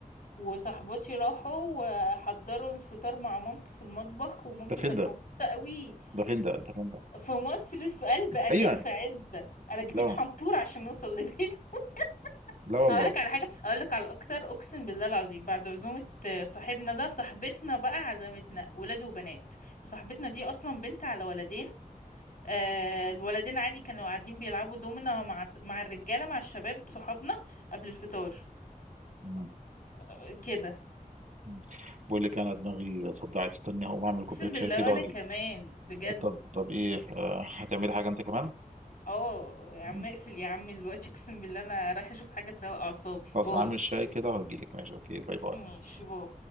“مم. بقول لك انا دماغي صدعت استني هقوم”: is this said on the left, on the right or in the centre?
Right